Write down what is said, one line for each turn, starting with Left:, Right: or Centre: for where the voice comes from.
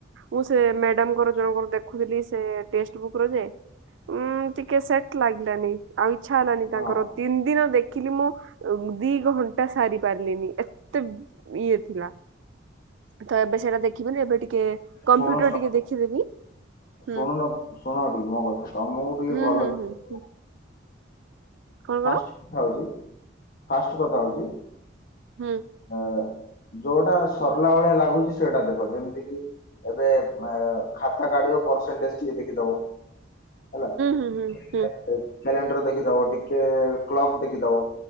Right: ମୁଁ ସେ ମ୍ୟାଡାମଙ୍କର ଜଣଙ୍କର ଦେଖୁଥିଲି ସେ ଟେଷ୍ଟ ଵୁକ୍ ର ଯେ। ଉଁ ଟିକେ ସେଟ୍ ଲାଗିଲାନି ଆଉ ଇଚ୍ଛା ହେଲାନି
Left: ହଁ
Right: ତାଙ୍କର ତିନି ଦିନ ଦେଖିଲି ମୁଁ। ଦି ଘଣ୍ଟା ସାରି ପାରିଲିନି ଏତେ ଇଏ ଥିଲା। ତ ଏବେ ସେଇଟା ଦେଖିବିନି ଏବେ ଟିକେ କମ୍ପ୍ୟୁଟର
Left: ଶୁଣ ଶୁଣ
Right: ଟିକେ ଦେଖିଦେବି। ହୁଁ
Left: ଶୁଣୁନ ଶୁଣ ଟିକେ ମୋ କଥା ତମକୁ ଟିକେ
Right: ହୁଁ
Left: ଭଲ
Right: ହୁଁ
Left: ଜ।
Right: ହୁଁ ହୁଁ କଣ
Left: ଫାଷ୍ଟ
Right: କଣ
Left: କଥା ହଉଛି ଫାଷ୍ଟ କଥା ହଉଛି।
Right: ହୁଁ।
Left: ଅ ଯୋଉଟା ସରିଲା ଭଳିଆ ଲାଗୁଛି ସେଇଟା ଦେଖ ଯେମିତି କିି। ଏବେ ଖାତା କାଡିବ ପରସେଣ୍ଟେଜ ଟିକେ ଦେଖିଦବ। ହେଲା ଟିକେ
Right: ହୁଁ ହୁଁ
Left: କ୍ୟାଲେଣ୍ଡର ଦେଖିଦବ ଟିକେ କ୍ଲକ ଦେଖିଦବ।